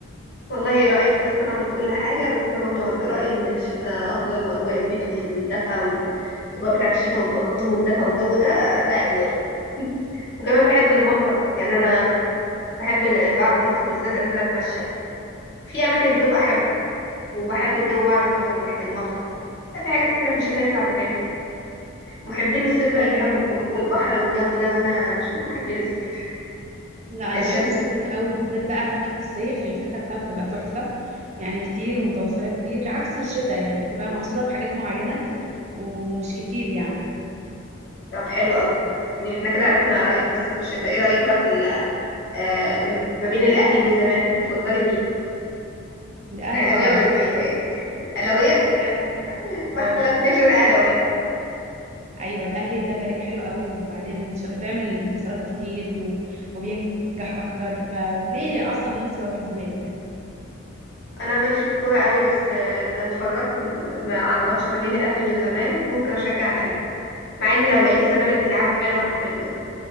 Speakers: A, on the left; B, on the right.
A: والله رأيك يحترم وكل حاجة بس أنا برضو عند رأيي إن الشتاء أفضل وأجواء البيت والدفا والأجواء بتاعة الشتاء والبطاطين والدفا والجو ده ده أجوائي وكمان بحب المطر يعني أنا بحب ال- بعد المطر بالذات أنزل أتمشى في أماكن بتبقى حلوة وبحب الجو بعد المطر وريحة المطر لا في حاجات كتيرة في الشتاء ينفع تتعمل محبين الصيف بقى
B: امم
A: بيحبوا الخروج والبحر والجو ده وأنا مش من محبين الصيف
B: لا انا
A: الشمس
B: بحب الصيف قوي بالذات بقى فاكهة الصيف الفاكهة بتاعته تبقى تحفة يعني كتير ومتوفرة كتير عكس الشتاء يعني تبقى محصورة في حاجات معينة ومش كتير يعني
A: طب حلو أوي يعني احنا كده عرفنا رأيك في الصيف والشتاء ايه رأيك بقى في آه، م- ما بين الاهلي والزمالك بتفضلي مين
B: الاهلي
A: اهلاويه
B: طبعا
A: ولا زملكاويه اهلاويه
B: لا لا
A: آه، ما
B: اه
A: اختلفناش انا اهلاويه برضه
B: ايوه الاهلي ده فريق حلو قوي وبعدين ش- بيعمل انتصارات كتير و... وبينجح اكتر فليه اعصب نفسي واروح الزمالك يعني
A: انا ماليش في الكوره قوي بس آه، لو اتفرجت م- على ماتش ما بين الاهلي والزمالك ممكن اشجع الاهلي مع ان لو لقيت الزمالك بيلعبوا حلو هحترم ده